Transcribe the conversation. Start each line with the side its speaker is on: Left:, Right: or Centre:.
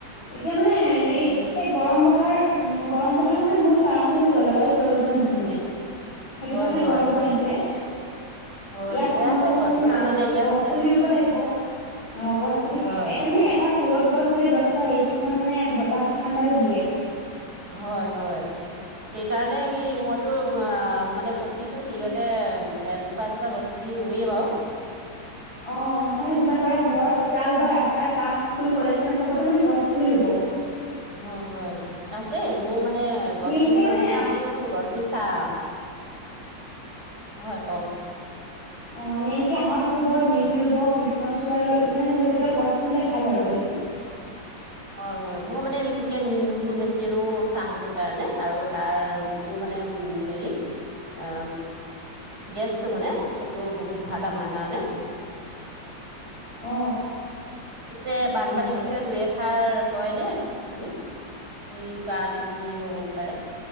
Left: এতিয়া মানে হেৰি
Right: উম
Left: সেই গৰম বহাৰ উ গৰম বঢ়াৰ মানে মূল কাৰণ হৈছে জলবায়ু পৰিৱৰ্তন হৈছে মানে সেইটো
Right: হয়
Left: কাৰণে
Right: হয়
Left: গৰমটো বাঢ়িছে
Right: হয়
Left: ইয়াক
Right: সেয়াহে
Left: কমাবলে
Right: গছ
Left: আমি
Right: গছনি
Left: আ
Right: নাইকিয়া
Left: গছ
Right: হৈছে
Left: পুলি ৰুব লাগিব অ গছ পুলি
Right: হয়
Left: এটা মানে এটা পুৰঠৈ দহটা এচি সমান মানে বতাহ ঠাণ্ডাটো দিয়ে।
Right: হয় হয়। সেইকাৰণে আমি মইতো আ মানে প্ৰতিটো হেৰিয়তে এজোপা এজোপা গছ পুলি। ৰুৱেই বাওঁ।
Left: অ সেইকাৰণে যিমান পাৰে ঘৰৰ চোতাল বা ৰাস্তাৰ কাষ স্কুল কলেজ। মানে চবতে মানে গছ পুলি ৰুব।
Right: হয় হয় আছে মোৰ মানে গছ
Left: মেইনকে
Right: পিনি মই
Left: মানে
Right: ৰুই গোটেইখন গছেই চা আওঁ। হয় কওক।
Left: অ মেইনকে আহত ৰুব নিম ৰুব। ব কৃষ্ণচূড়াৰ মানে এ জাতীয় গছবোৰ ল'লে ভাল আও বেছি।
Right: হয় হয় মোৰ মানে বিশেষকে নিমটো বেছি ৰো চাহটো কাৰণে আৰু তাৰ যিটো মানে। মানে উ হেৰি অ। গেছটো মানে সেইটো বহুত ভাল আমাৰ কাৰণে।
Left: অ
Right: পিছে বানপানীৰ
Left: হয় হয়
Right: বিষয়ে দুই এষাৰ। কয় ন আপুনি কি কাৰণে কি হ'ব পাৰে।